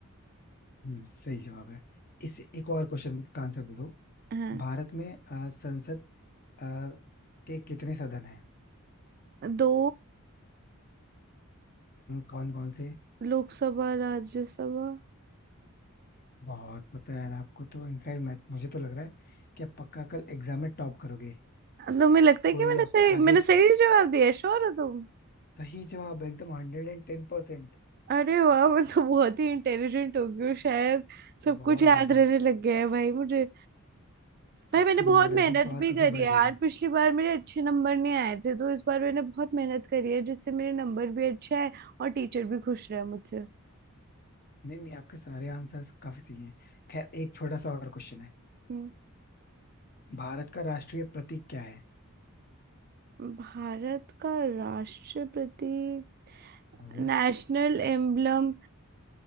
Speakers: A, on the left (about 45°); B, on the right (about 45°).
A: हम्म, सही जवाब है इस एक और क्वेश्चन का आंसर दे दो
B: है
A: भारत में अ, संसद अ, के कितने सदन हैं
B: दो
A: कौन कौन से
B: लोकसभा राज्यसभा
A: बहुत पता है यार आपको तो इनफैक्ट मैं मुझे तो लग रहा है कि आप पक्का कल एग्जाम में टॉप करोगे
B: तुम्हें लगता है
A: कोई
B: कि मैंने
A: आपके
B: सही
A: आगे
B: मैंने सही जवाब दिया श्योर हो तुम
A: सही जवाब एकदम हंड्रेड एंड टेन परसेंट
B: अरे वाह मैं तो बहुत ही इंटेलिजेंट हो गई हूँ शायद सब
A: बहुत
B: कुछ याद
A: ज्यादा
B: रहने लग गया है भाई मुझे भाई
A: आपकी
B: मैंने बहुत
A: मेमोराइजिंग
B: मेहनत
A: पावर
B: भी
A: काफी
B: करी
A: बढ़
B: है यार
A: गई है
B: पिछली बार मेरे अच्छे नंबर नहीं आए थे तो इस बार मैंने बहुत मेहनत करी है जिससे मेरे नंबर भी अच्छे आए और टीचर भी खुश रहे मुझसे
A: नहीं नहीं आपके सारे आंसर्स काफी सही हैं खैर एक छोटा सा और क्वेश्चन है
B: हम्म,
A: भारत का राष्ट्रीय प्रतीक क्या है
B: भारत का राष्ट्रपति
A: हाँ
B: नेशनल एम्बलम